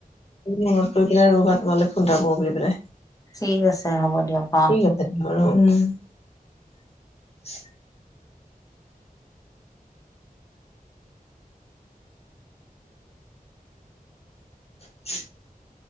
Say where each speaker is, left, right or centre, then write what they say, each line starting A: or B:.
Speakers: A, on the left (about 40°); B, on the left (about 20°).
A: মনত পৰি পেলাই ৰবা তোমালৈ ফোন এটা কৰো বুলি পেলাই।
B: ঠিক আছে হ'ব দিয়ক অহ,
A: ঠিক আছে দিয়া বাৰু <inaudible> <unintelligible>